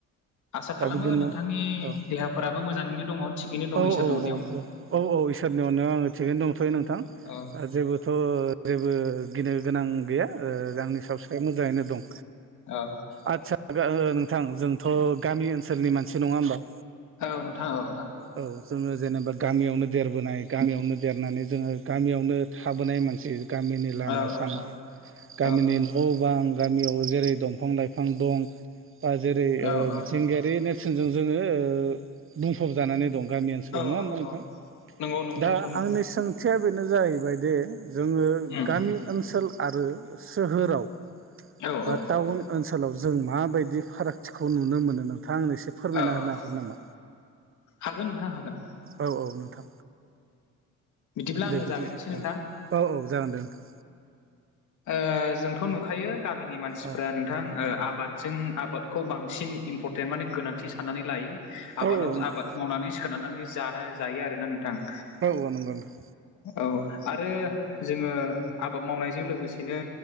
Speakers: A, on the left; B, on the right.
A: आसाखालामो
B: दा बिदिनो
A: नोंथांनि
B: औ
A: देहाफोराबो मोजाङैनो दङ'। थिगैनो दङ
B: औ
A: इसोरनि
B: औ
A: अननायाव
B: औ औ औ औ इसोरनि अननायाव आङो थिगैनो दंथ'यो नोंथां
A: औ
B: दा जेबो थ' जेबो गिनो गोनां गैया ओ आंनि सावस्रिया मोजाङैनो दं।
A: ओ।
B: आदसा <unintelligible> नोंथां जोंथ' गामि ओनसोलनि मानसि नङा होमबा?
A: औ नोंथां औ औ
B: औ जोङो जेनेबा गामियावनो देरबोनाय गामियावनो देरनानै जोङो गामियावनो थाबोनाय मानसि। गामिनि लामा-सामा
A: औ औ
B: गामिनि
A: औ
B: न' बां गामियाव जेरै दंफां लाइफां दं बा जेरै
A: औ
B: ओ मिथिंगायारि नेर सिनजों जोङो ओ फब जानानै दं गामि ओनसोलाव
A: औ
B: नङा होमबा
A: औ
B: नोंथां!
A: औ नंगौ नंगौ
B: दा
A: नोंथां नंगौ
B: आंनि सों सोंथिया बेनो जाहैबायदि जोङो
A: उम
B: गामि ओनसोल आरो सोहोराव
A: औ
B: बा
A: औ
B: टाउन ओनसोलाव जों माबायदि फारागथिखौ नुनो मोनो नोंथां आंनो एसे फोरमायना
A: औ औ
B: होनो हागोन नामा?
A: हागोन नोंथां हागोन,
B: औ औ नोंथां
A: बिदिब्ला आङो
B: दे बिदि
A: जागायनोसै नोंथां
B: औ औ औ जागोन दे नोंथां
A: ओ जोंथ' नुखायो गामिनि मानसिफ्रा
B: औ
A: नोंथां ओ आबाद, जों आबादखौ बांसिन इम्परटेन्ट माने गोनांथि साननानै लायो
B: औ
A: आबादाव
B: नंगौ
A: आबाद मावनानै सोनारनानै जानाय जायो आरोना नोंथां
B: औ औ नंगौ नोंथां।
A: औ आरो जोङो आबाद मावनायजों लोगोसे बिदिनो